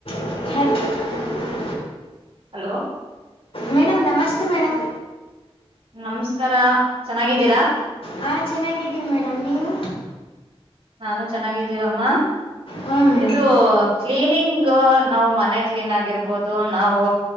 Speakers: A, on the left (about 65°); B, on the right (about 60°).
A: ಹ
B: hello
A: madam ನಮಸ್ತೆ madam
B: ನಮಸ್ಕಾರ ಚೆನ್ನಾಗಿದ್ದೀರಾ
A: ಹ ಚೆನ್ನಾಗಿದೀವಿ ಮೇಡಮ್ ನೀವು
B: ನಾನು ಚೆನ್ನಾಗಿದ್ದೀವಮ್ಮ
A: ಹಾಂ ಮೇಡಮ್
B: ಇದು ಕ್ಲೀನಿಂಗ್ ನಾವು ಮನೆ ಕ್ಲೀನ್ ಆಗಿರ್ಬೋದು ನಾವು